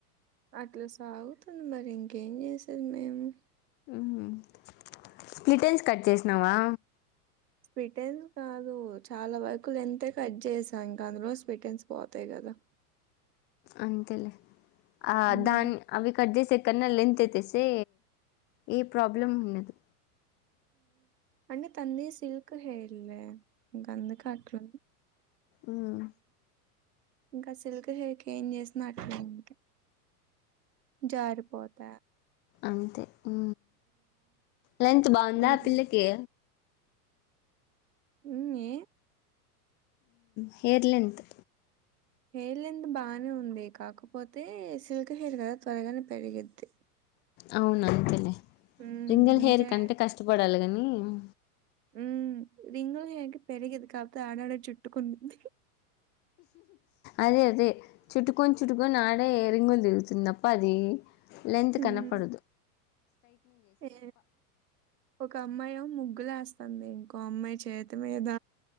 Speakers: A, on the right (about 85°); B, on the left (about 25°).
A: అట్లా సాగుతుంది మరి ఇంకేం చేసేది మేము
B: అ స్ప్లిటెన్స్ కట్ చేసినావా
A: స్ీటెన్ కాదుూ చాలా వరకులు లెంగ్త్ కట్ చేసి ఇంకా అందులో స్వీటెన్స్ పోతాయి కదా
B: అంతేలే ఆ
A: మ్మ్
B: దాన్ అవి కట్ చేసి కన్నా లెంత్ అయితేస్తే ఏ ప్రాబ్లం ఉండదు
A: అంటే తంది సిల్క్ హెయిర్ లే గందు కాట్లు
B: ఉమ్
A: ఇంకా సిల్క్ హెయిర్ కి ఏం చేసిన అట్లే ఉంటాయి జారిపోత
B: అంతే అ లెంగ్త్ బాగుందా
A: హ్మ్.
B: ఆ పిల్లకి
A: ఉంది
B: హేర్ లెంత్
A: హెయిర్ లెన్త్ బానే ఉంది కాకపోతే సిల్క్ హెయిర్ కదా త్వరగానే పెరిగిద్ది
B: అవును అంతేలే
A: హ్మ్.
B: రింగల్
A: ఇంకే
B: హెయిర్ కంటే కష్టపడాలి కాని ఇమ్
A: హ్మ్ రింగులు హెయిర్ కి పెరిగేది కాదు త ఆడాడ చుట్టుకుంది
B: అదే అదే చుట్టుకంచ చుట్టుకొని అే ఎ రింగులు దిగుతుందప్ప అది లెంత్
A: హ్మ్.
B: కనబడదు
A: ఏ ఒక అమ్మాయి ముగ్గులాస్తా వస్తుంది ఇంకో అమ్మాయి చేతి మీద